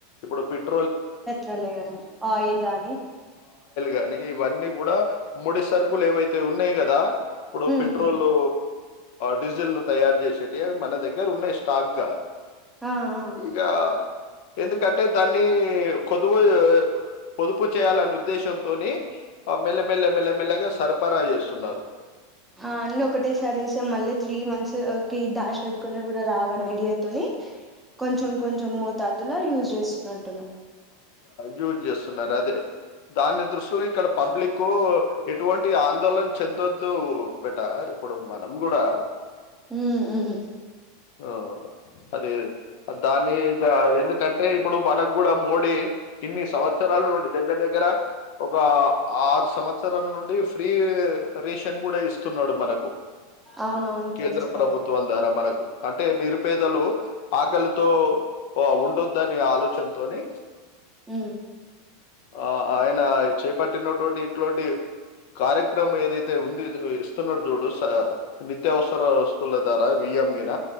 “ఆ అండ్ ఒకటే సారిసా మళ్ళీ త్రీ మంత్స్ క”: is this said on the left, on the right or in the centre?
Centre